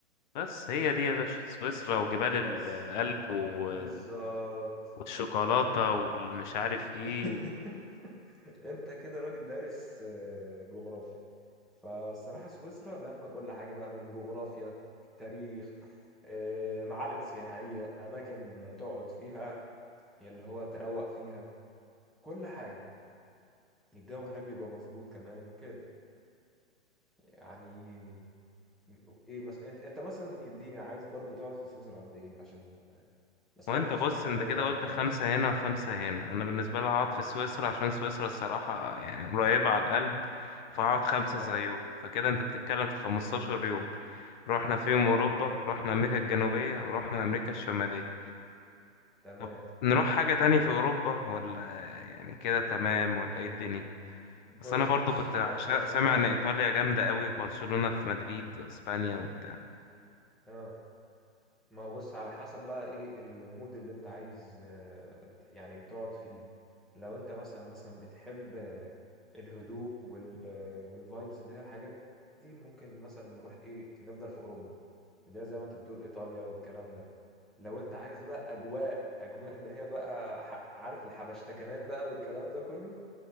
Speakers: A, on the left; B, in the centre.
A: بس هي دي يا باشا سويسرا وجبال
B: بس
A: الألب و...
B: بالظبط
A: والشوكولاتة والمش عارف ايه
B: <laughs>
A: و...
B: انت كده راجل دارس آه، جغرافيا فالصراحة سويسرا لما كل حاجة بقى من جغرافيا تاريخ آه، معالم سياحية أماكن تقعد فيها اللي هو تروق فيها كل حاجة الجو هناك بيبقى مظبوط كمان كده يعني ايه مثلا انت انت مثلا اديني عايز برضو تقعد في سويسرا قد ايه عشان ما سمعتش
A: وانت بص
B: منك
A: انت
B: اي
A: كده
B: رأي
A: قلت
B: خالص
A: خمسة هنا وخمسة هنا انا بالنسبة لي هقعد في سويسرا عشان سويسرا الصراحة يعني قريبة على القلب فهقعد خمسة
B: اه
A: زيهم فكده انت بتتكلم في 15 يوم رحنا فيهم اوروبا
B: تمام
A: رحنا امريكا الجنوبية ورحنا امريكا الشمالية
B: تمام
A: طب نروح حاجة تاني في اوروبا ولا يعني كده تمام ولا ايه الدنيا
B: بص
A: بس انا برضو كنت
B: هو
A: عشا-
B: انا هرشح
A: سامع
B: لك
A: ان ايطاليا جامدة قوي برشلونة في مدريد واسبانيا وبتاع
B: اه ما هو بص على حسب بقى ايه المود اللي انت عايز آه، يعني تقعد فيه لو انت مثلا مثلا بتحب آه، الهدوء وال آه، والفايبز اللي هي الحاجات دي ممكن مثلا نروح ايه نفضل في اوروبا اللي هي زي ما انت بتقول ايطاليا والكلام ده لو انت عايز بقى اجواء اجواء اللي هي بقى ح- عارف الحبشتكنات بقى والكلام ده كله